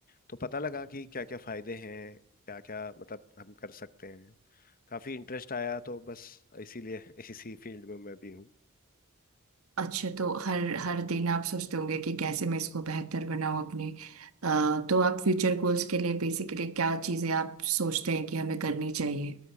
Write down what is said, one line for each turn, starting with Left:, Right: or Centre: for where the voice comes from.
Left: तो पता लगा कि क्या क्या फायदे हैं क्या क्या मतलब हम कर सकते हैं काफी इंटरेस्ट आया तो बस इसीलिए <laughs> इसी फील्ड में मैं भी हूँ
Right: अच्छा तो हर हर दिन आप सोचते होंगे कि कैसे मैं इसको बेहतर बनाऊं अपने अ, तो आप फ्यूचर गोल्स के लिए बेसिकली क्या चीजें आप सोचते हैं कि हमें करनी चाहिए